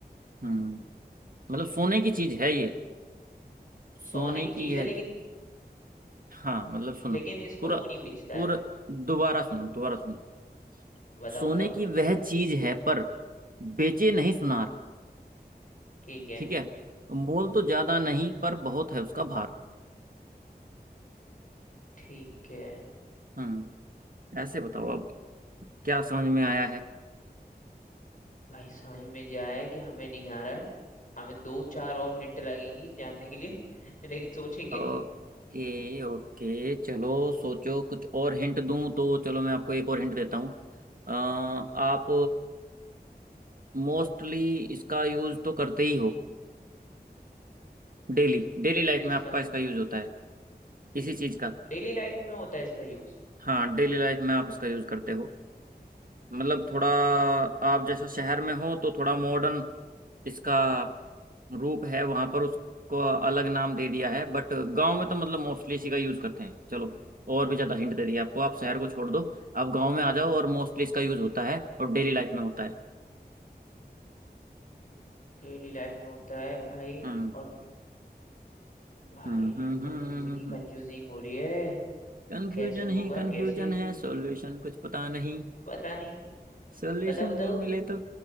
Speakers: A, on the right; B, on the left.
A: हम्म मतलब सोने की चीज है ये
B: सोने
A: सोने
B: की
A: की
B: चीज
A: है
B: है लेकिन
A: हाँ मतलब सुनो
B: लेकिन इसको
A: पूरा
B: वो नहीं बेचता
A: पूरा
B: है
A: दोबारा सुनो दोबारा सुनो
B: बताओ
A: सोने
B: बताओ
A: की वह चीज है पर बेचे नहीं सुनार
B: ठीक है
A: ठीक है मोल तो ज्यादा नहीं पर बहुत है उसका भार
B: ठीक है
A: हम्म ऐसे बताओ अब क्या समझ में आया है
B: भाई समझ में जाए कि हमें नहीं आ रहा है हमें दो चार और हिंट लगेंगी जानने के लिए <laughs> लेकिन सोचेंगे
A: ओके ओके चलो सोचो कुछ और हिंट दूं तो चलो मैं आपको एक और हिंट देता हूँ अ, आप मोस्टली इसका यूज तो करते ही हो डेली डेली लाइफ
B: किसका
A: में आपका इसका यूज होता है इसी चीज का
B: डेली लाइफ में होता है इसका यूज
A: हाँ डेली लाइफ में आप इसका यूज करते हो मतलब थोड़ा आप जैसा शहर में हो तो थोड़ा मॉडर्न इसका रूप है वहां पर उसको अलग नाम दे दिया है बट गांव में तो मतलब मोस्टली इसी का यूज करते हैं चलो और भी ज्यादा हिंट दे दिया आपको आप शहर को छोड़ दो आप गांव में आ जाओ और मोस्टली इसका यूज होता है और डेली लाइफ में होता है
B: डेली लाइफ में होता है भाई
A: हम्म
B: और भाई
A: हम्म
B: ये तो कंफ्यूजिंग ही कंफ्यूजिंग हो रही है
A: कंफ्यूजन
B: कैसे
A: ही
B: होगा
A: कंफ्यूजन
B: कैसे
A: है सॉल्यूशन कुछ पता नहीं
B: तो पता नहीं
A: सॉल्यूशन
B: बताओ बताओ
A: जो मिले तो